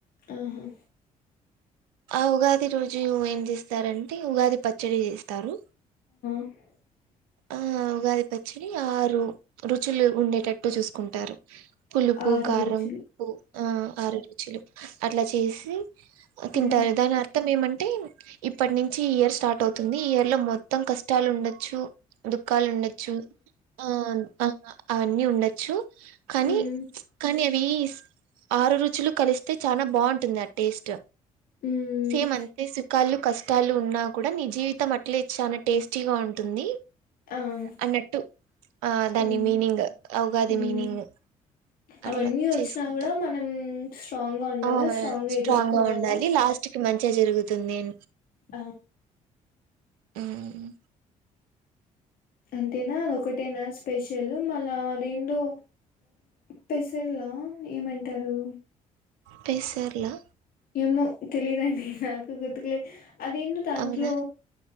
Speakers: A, on the left (about 50°); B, on the right (about 70°).
A: ఆహా
B: ఆ ఉగాది రోజు ఏం చేస్తారంటే ఉగాది పచ్చడి చేస్తారు
A: ట్.
B: ఆ ఉగాది పచ్చడి ఆరు రుచులు ఉండేటాట్టు చూసుకుంటారు పులుపు
A: ఆరు
B: కారం
A: రుచులు
B: ఉప్పు ఆ ఆరు రుచులు అట్లా చేసి తింటారు
A: హ్మ్.
B: దాని అర్థం ఏమం టే ఇప్పటి నుంచి ఇయర్ స్టార్ట్ అవుతుంది. ఈ ఇయర్ లో మొత్తం కష్టాలు ఉండొచ్చు. దుఖాలు ఉండొచ్చు ఆ ఆ అవన్నీ ఉండొచ్చు కానీ
A: హ్మ్.
B: కానీ ఏ అవి ఆరు రుచులు కలిస్తే చాలా బాగుంటుంది ఆ టేస్ట్.
A: హ్మ్.
B: సేమ్ అంతే సుఖాలు. కష్టాలు ఉన్నా కూడా నీ జీవితం అట్లే చా టేస్ట్. ట్టిగా ఉంటుంది.
A: ఆహా
B: అన్నట్టు ఆ దాని
A: హ్మ్
B: మీనింగ్ ఉగాది
A: హ్మ్
B: మీనింగ్ అట్లా
A: అవన్నీ వచ్చినా
B: చేసుకుంటాం
A: కూడా మనం స్ట్రాంగ్గా ఉండాల
B: ఆ
A: స్ట్రాంగ్గా
B: స్ట్రాంగ్
A: ఎదుర్కోవాలా.
B: గా ఉండాలి లాస్ట్ మంచిగా జరుగుతుంది ఎ
A: ఆ
B: హ్మ్.
A: అంతేనా అది ఒకటేనా స్పెషల్ మళ్ళా అఅదేందో పెసర్లా ఏమంటారు.
B: పేసర్లా.
A: ఏమో తెలీదండి నాకు గుర్తుకు లేదు. అది ఏందో దాంట్లో
B: అవునా